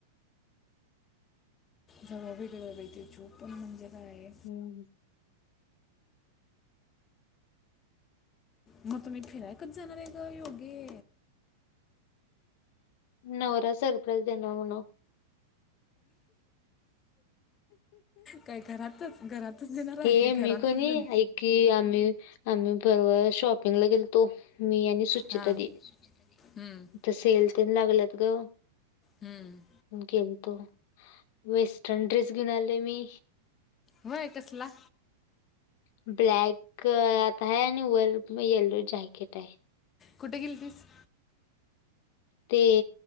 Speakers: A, on the left; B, on the left.
A: जाऊया वेगळं बाई. ते जोग पण म्हणजे काय
B: हम्म.
A: मग तुम्ही फिराय कधी जाणार हाय ग योगे?
B: नवरा सरप्राज देणार <unintelligible>
A: काय घरातच घरात तच नेणार हाय,
B: हे मी
A: घरातच
B: कोणी
A: ने
B: ऐक की आम्ही आम्ही परवा शॉपिंगला गेलतो. मी आणि सुचिता
A: हा
B: दि,
A: हम्म
B: इथं सेल तेन लागल्यात ग.
A: हम्म.
B: गेलतो, वेस्टर्न ड्रेस घेऊन आले मी.
A: होय कसला?
B: ब्लॅक आत हाय आणि वर यल्लो जॅकेट हाय.
A: कुठे गेलतीस?
B: ते